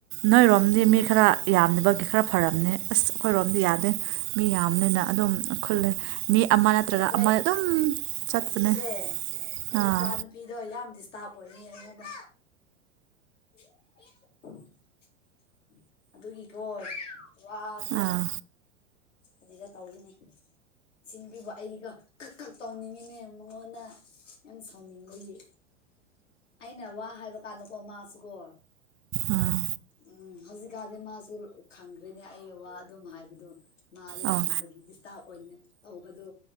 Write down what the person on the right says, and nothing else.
ꯅꯣꯏꯔꯣꯝꯗꯤ ꯃꯤ ꯈꯔ ꯌꯥꯝꯕꯒꯤ ꯈꯔ ꯐꯔꯔꯕꯅꯤ ꯑꯁ ꯑꯩꯈꯣꯏꯔꯣꯝꯗꯤ ꯌꯥꯗꯦ ꯃꯤ ꯌꯥꯝꯅꯤꯅ ꯑꯗꯨꯝ ꯈꯨꯜꯂꯦ ꯃꯤ ꯑꯃ ꯅꯠꯇ꯭ꯔꯒ
ꯑꯃ ꯑꯗꯨꯝ ꯆꯠꯄꯅꯦ
ꯑꯥ
ꯑꯥ
ꯑꯥ
ꯑꯧ